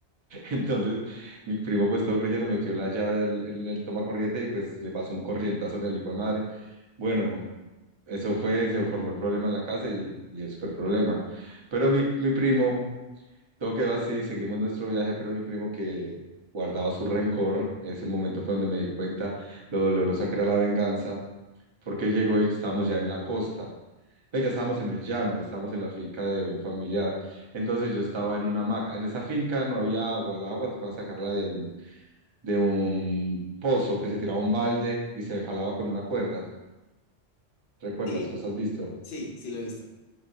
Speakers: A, on the right; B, on the left.
A: Entonces, mi primo, pues todo creyendo, metió la llave al- en el toma corriente y pues le pasó un corrientazo en el hijo de madre. Bueno, eso fue, se formó el problema en la casa y, y el super problema. Pero mi, mi primo, todo quedó así, seguimos nuestro viaje, pero mi primo que guardaba su rencor, ese momento fue donde me di cuenta lo dolorosa que era la venganza, porque llegó y estábamos ya en la costa pero ya estábamos en el llano, estábamos en la finca de un familiar. Entonces yo estaba en una hamaca. En esa finca no había agua, el agua tocaba sacarla de un, de un pozo que se tiraba un balde y se jalaba con una cuerda. ¿Recuerdas?
B: Sí,
A: ¿Los has visto?
B: sí, sí lo he visto.